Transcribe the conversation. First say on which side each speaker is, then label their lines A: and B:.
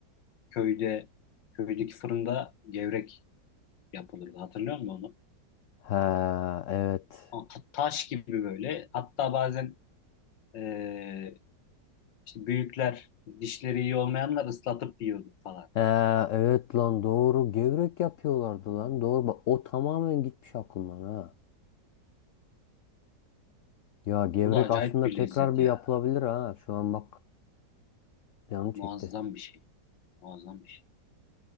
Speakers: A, on the left; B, on the left.
A: köyde köydeki fırında gevrek yapılırdı. Hatırlıyor musun onu?
B: Ha evet.
A: O ta- Taş gibi böyle. Hatta bazen Ee, işte büyükler dişleri iyi olmayanlar ıslatıp yiyordu falan.
B: Ha evet lan doğru. Gevrek yapıyorlardı lan. Doğru bak o tamamen gitmiş aklımdan ha. Ya gevrek
A: O da acayip
B: aslında
A: bir
B: tekrar
A: lezzet
B: bir
A: ya.
B: yapılabilir ha. Şu an bak canım çekti.
A: Muazzam bir şey. Muazzam bir şey.